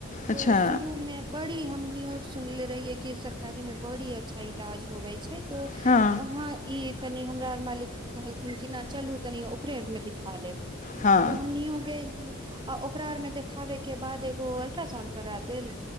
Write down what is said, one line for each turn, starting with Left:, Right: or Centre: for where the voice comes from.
Left: अच्छा
Right: तो शुरू मे बड़ी हमनी आर सुनले रहियै कि सरकारी में बड़ी अच्छा इलाज होवे छै नहि तो
Left: हँ
Right: अहाँ ई तनि हमरा आर मालिक कहलथिन कि नहि चलू तनि ओकरे मे दिखा लेब
Left: हँ
Right: तऽ हमनियौ गेलीयै आ ओकरा आर मे देखाबे के बाद एगो अल्ट्रासाउंड करा देल